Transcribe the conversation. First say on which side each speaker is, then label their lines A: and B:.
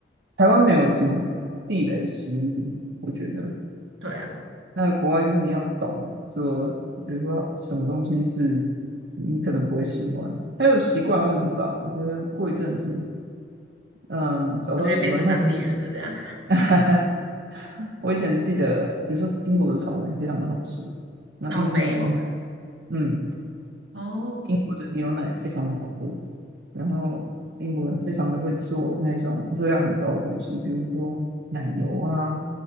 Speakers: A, on the right; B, on the right.
A: 台湾没有什么地雷食物，我觉得。
B: <laughs> 对啊，
A: 那国外就是你要懂说，比如说什么东西是你可能不会喜欢，还有习惯问题吧。我觉得过一阵子，嗯，找到喜欢，
B: 我就会变成当地人了这样。
A: 像我，<laughs> 我以前记得，比如说英国的草莓非常的好吃，
B: <laughs>
A: 那英国的牛奶，
B: 草莓哦，
A: 嗯。
B: 哦
A: 英国的牛奶非常的好喝，然后英国人非常的会做那种热量很高的东西，比如说奶油啊，